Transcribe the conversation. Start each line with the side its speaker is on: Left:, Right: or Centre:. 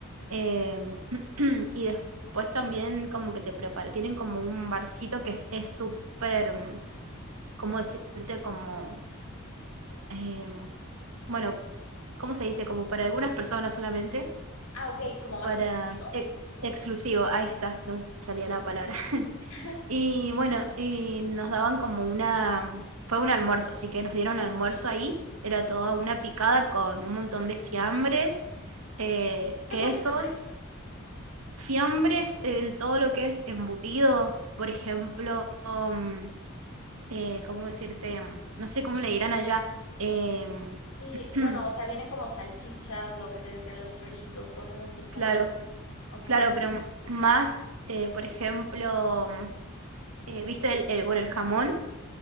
Right: Em, <clears throat> y pues también como que te prepara, tienen como un barcito que es es súper, mm, ¿cómo decirte? Como, em, bueno, ¿cómo se dice? Como para algunas personas solamente,
Left: Ah, ok, como más
Right: para
Left: exquisito.
Right: e- exclusivo, ahí está, no me salía la palabra. <laughs>
Left: <laughs>
Right: Y bueno, y nos daban como una, fue un almuerzo, así que nos dieron almuerzo ahí, era toda una picada con un montón de fiambres, eh,
Left: ¿Qué
Right: quesos
Left: es un fiambre?
Right: fiambres, el, todo lo que es embutido, por ejemplo, um, eh, ¿cómo decirte? Mm, No sé cómo le dirán allá. em,
Left: Y
Right: <clears throat>
Left: bueno, o sea, vienen como salchichas, lo que te decía de los chorizos, cosas así como,
Right: claro,
Left: ok,
Right: claro, pero más, eh, por ejemplo, mm, eh, ¿viste el, el- bueno, el jamón?